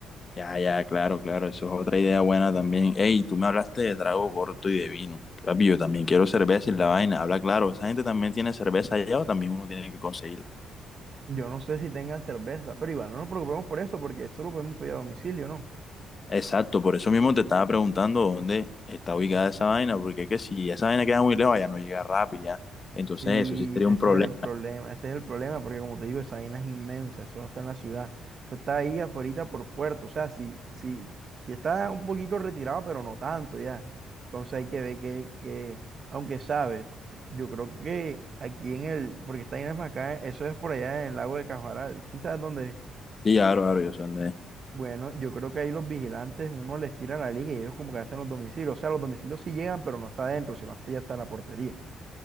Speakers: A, on the left; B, on the right.
A: Ya, ya, claro, claro, eso es otra idea buena también. Ey, tú me hablaste de trago corto y de vino. Papi, yo también quiero cerveza y la vaina, habla claro, esa gente también tiene cerveza allá o también uno tiene que conseguir.
B: Yo no sé si tengan cerveza, pero igual no nos preocupemos por eso, porque eso lo podemos pedir a domicilio, ¿no?
A: Exacto, por eso mismo te estaba preguntando dónde está ubicada esa vaina, porque es que si esa vaina queda muy lejos, ya no llega rápido, ya. Entonces,
B: Sí,
A: eso sí sería
B: ese
A: un problema.
B: es el problema, ese es el problema, porque como te digo, esa vaina es inmensa, eso no está en la ciudad, eso está ahí afuera por puerto, o sea, si, si, si está un poquito retirado, pero no tanto ya. Entonces hay que ver que, que, aunque sabes, yo creo que aquí en el, porque esta vaina es más acá, eso es por allá en el lago de Cajaral, ¿sí sabes dónde es?
A: Sí, claro, claro, yo sé dónde es.
B: Bueno, yo creo que ahí los vigilantes, uno les tira la liga y ellos como que hacen los domicilios. O sea, los domicilios sí llegan, pero no está adentro, sino hasta ya está la portería.